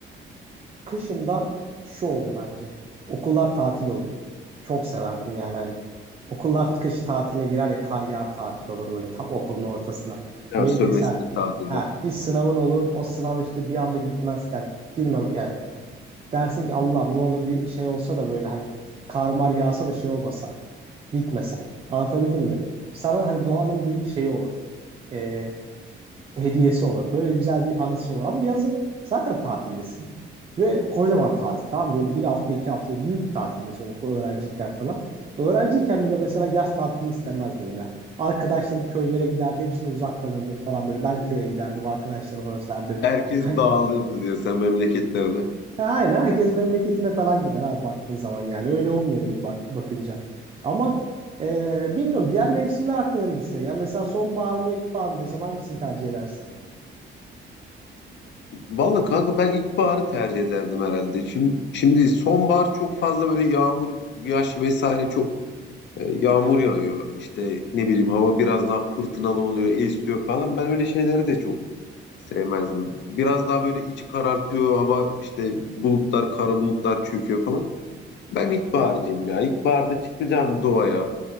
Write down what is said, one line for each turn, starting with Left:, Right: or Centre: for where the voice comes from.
Right: kışında şu oluyor bence. Okullar tatil oluyor. Çok severdim yani hani. Okullar kış tatiline girer ya kar yağar tatil olur böyle tam okulun ortasında.
Left: Ya
Right: Me-
Left: sömestr
Right: Mesela
Left: tatili.
Right: ha, bir sınavın olur o sınav işte bir anda gitmez yani girmem yani dersin ki Allah'ım ne olur bir şey olsa da böyle hani kar mar yağsa da şey olmasa gitmesem anlatabildim mi? Sana hani doğanın bir şeyi olur Ee, hediyesi olur. Böyle güzel bir anısı olur. Ama yazın zaten tatildesin. Ve kocaman tatil tamam mı? Böyle bir hafta iki hafta büyük bir tatildesin okul öğrenciyken falan. Öğrenciyken bile mesela yaz tatilini istemezdim ya. Arkadaşlarım köylere giderdi hepsine uzak kalırdım falan böyle. Ben köye giderdim arkadaşlarımı özlerdim.
Left: Herkes
Right: Hani
Left: dağılırdı diyor sen memleketlerine.
Right: Ha, aynen herkes memleketine falan gider abi baktığın zaman yani öyle olmuyor muydu bak bakınca. Ama e, bilmiyorum diğer mevsimler hakkında ne düşünüyorsun? Yani mesela sonbahar mı ilkbahar mı desem hangisini tercih edersin?
Left: Vallahi kanka ben ilkbaharı tercih ederdim herhalde. Şimdi, şimdi sonbahar çok fazla böyle yağmur, yaş vesaire çok e, yağmur yağıyor. İşte ne bileyim hava biraz daha fırtınalı oluyor, esiyor falan. Ben öyle şeyleri de çok sevmezdim. Biraz daha böyle iç karartıyor hava işte bulutlar, kara bulutlar çöküyor falan. Ben ilkbaharcıyım ya. İlkbaharda çıkacaksın doğaya.